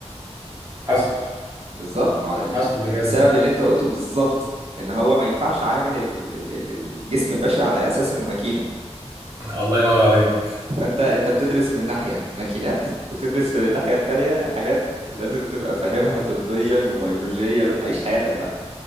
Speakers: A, on the right; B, on the right.
A: حصل
B: بالظبط ما هو ال-
A: حصل بجد
B: بسبب اللي انت قلته بالظبط ان هو ما ينفعش عامل ال- ال- ال- الجسم البشري على اساس انه ماكينه
A: الله ينور عليك
B: فانت انت بتدرس من ناحيه ماكينات وتدرس من الناحيه التانيه حاجات لازم تبقى فاهمها طبيا وبيولوجيا عيش حياتك بقى